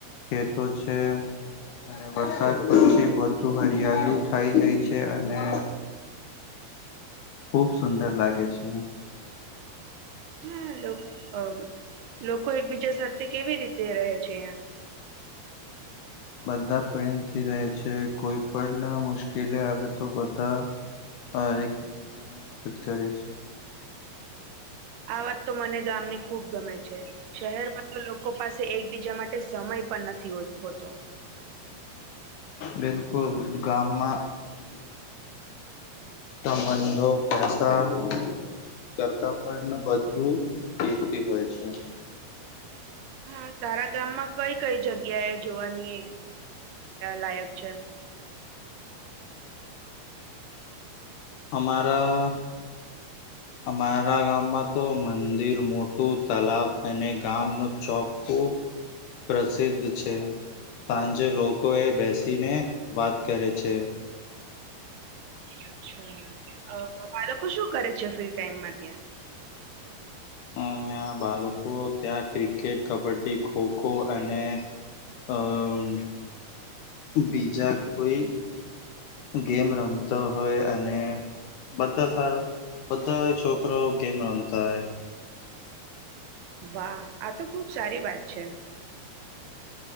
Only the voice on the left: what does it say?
ખેતો છે. અને વરસાદ પછી બધુ હરિયાળુ થાય જાય છે અને ખુબ સુંદર લાગે છે.
બધા પ્રેમથી રહે છે, કોઈ પણ મુશ્કેલી આવે તો બધા- અ એકબીજાને મદદ કરે છે.
બિલકુલ ગામમાં- <inaudible> <inaudible> સંબંધો પેસા- કરતા પણ વધું કીમતી હોય છે.
અમારા અમારા ગામમાં તો મંદિર મોટ તલાબ અને ગામનો ચોક ખુબ પ્રસિદ્ધ છે. સાંજે લોકો એ બેસીને વાત કરે છે.
અં બાળકો ત્યાં ક્રિકેટ કબડ્ડી ખોખો અને- અમ બીજા કોઈ- ગેમ રમતો હોય અને- બધા સારા બધા છોકરા ગેમ રમતા હોય-